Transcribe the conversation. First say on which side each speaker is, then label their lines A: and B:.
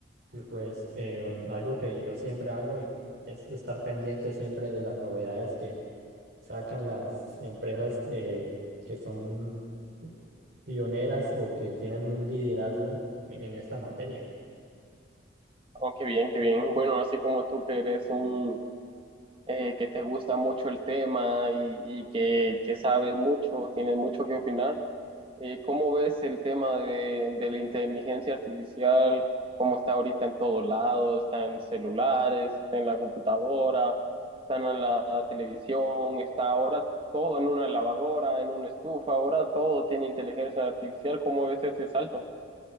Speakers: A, on the right; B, on the right.
A: Y pues eh, algo que yo siempre hago y es estar pendiente siempre de las novedades que sacan las empresas eh, que son pioneras o que tienen un liderazgo en en esta materia.
B: Oh, qué bien, qué bien. Bueno, así como tú que eres un, eh, que te gusta mucho el tema y, y que, que sabes mucho, tienes mucho que opinar, Eh, ¿cómo ves el tema de, de la inteligencia artificial? ¿Cómo está ahorita en todos lados? Está en celulares, está en la computadora, está en la televisión, está ahora todo en una lavadora, en una estufa, ahora todo tiene inteligencia artificial. ¿Cómo ves ese salto?